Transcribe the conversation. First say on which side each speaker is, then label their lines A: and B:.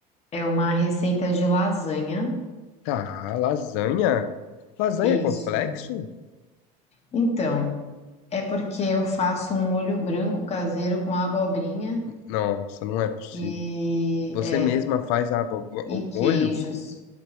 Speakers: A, on the left; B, on the left.
A: É uma receita de lasanha.
B: tá, lasanha? Lasanha
A: Isso.
B: é complexo?
A: Então, é porque eu faço um molho branco caseiro com abobrinha
B: Nossa, não é possível.
A: e
B: Você
A: é,
B: mesma faz a abo-
A: e
B: o molho?
A: queijos.